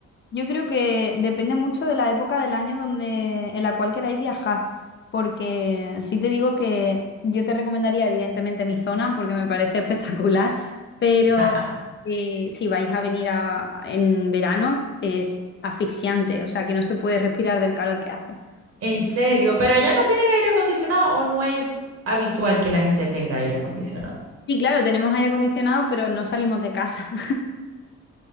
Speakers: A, on the left; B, on the right.
A: Yo creo que depende mucho de la época del año donde, en la cual queráis viajar, porque sí te digo que yo te recomendaría evidentemente mi zona porque me parece <laughs> espectacular, pero
B: <laughs>
A: eh, si vais a venir a- en verano es asfixiante, o sea que no se puede respirar del calor que hace.
B: En serio, pero allá no tienen aire acondicionado o no es habitual que la gente tenga aire acondicionado.
A: Sí, claro, tenemos aire acondicionado, pero no salimos de casa. <laughs>